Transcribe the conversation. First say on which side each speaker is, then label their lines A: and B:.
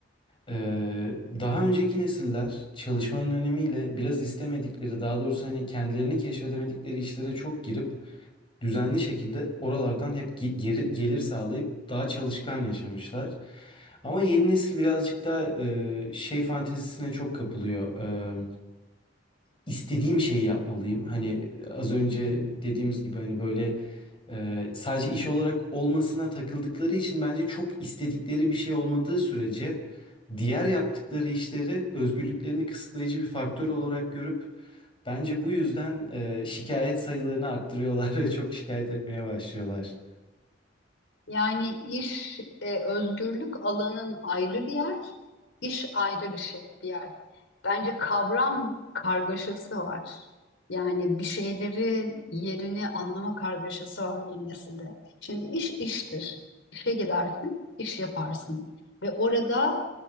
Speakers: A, on the left; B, on the left.
A: Ee, daha önceki nesiller çalışmanın önemiyle biraz istemedikleri, daha doğrusu hani kendilerini keşfedemedikleri işlere çok girip düzenli şekilde oralardan hep ge- geri, gelir sağlayıp daha çalışkan yaşamışlar. Ama yeni nesil birazcık daha e, şey fantezisine çok kapılıyor. Ee, istediğim şeyi yapmalıyım. Hani az önce dediğimiz gibi hani böyle e, sadece iş olarak olmasına takıldıkları için bence çok istedikleri bir şey olmadığı sürece diğer yaptıkları işleri özgürlüklerini kısıtlayıcı bir faktör olarak görüp bence bu yüzden e, şikayet sayılarını arttırıyorlar <laughs> ve çok şikayet etmeye başlıyorlar.
B: Yani iş e, özgürlük alanın ayrı bir yer, iş ayrı bir şey, bir yer. Bence kavram kargaşası var. Yani bir şeylerin yerini anlama kargaşası var yeni nesilde. Şimdi iş iştir. İşe gidersin, iş yaparsın. Ve orada